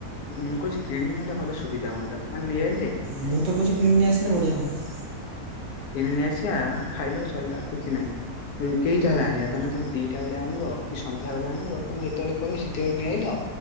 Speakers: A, on the left; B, on the right.
A: ମୁଁ କହୁଛି କିଣିନେଲେ ଭଲ ସୁବିଧା ହୁଅନ୍ତା ମାନେଇଆଇଲେ
B: ମୁଁ ତ କହୁଛି କିଣିକି ନେଇ ଆସିଲେ ବଢିଆ ହଅନ୍ତା।
A: କିଣି ନେଇ ଆସିବା ହଁ ଖାଇଲା ଶଇଲା କିଛି ନାଇଁ। ଏ କେଇଟା ହେଲାଣି? ଏ ଧନିଅ ତୋମେ ଦିଟା ବେଳେ ଆଣିବ କି ସନ୍ଧ୍ୟା ବେଳେ ଆଣିବ ତୋମେ ଯେତେବେଳେ କହିବ ସେତେବେଳେ ନିଆଇଲ।